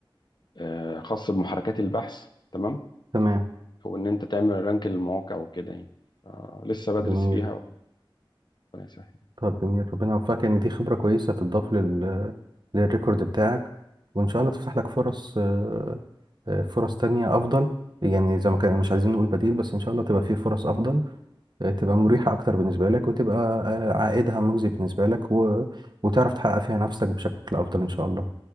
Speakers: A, on the left; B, on the right.
A: آه، خاص بمحركات البحث تمام
B: تمام
A: وان انت تعمل رانك للمواقع وكده يعني آه، لسه بدرس
B: جميل
A: فيها وربنا يسهل
B: طب جميل ربنا يوفقك ان دي خبرة كويسة تضاف لل... للريكورد بتاعك وان شاء الله تفتح لك فرص آه، آه، فرص تانية افضل يعني زي ما كان مش عايزين نقول بديل بس ان شاء الله تبقى في فرص افضل آه، تبقى مريحة اكتر بالنسبة لك وتبقى آه، عائدها مجزي بالنسبة لك و... وتعرف تحقق فيها نفسك بشكل افضل ان شاء الله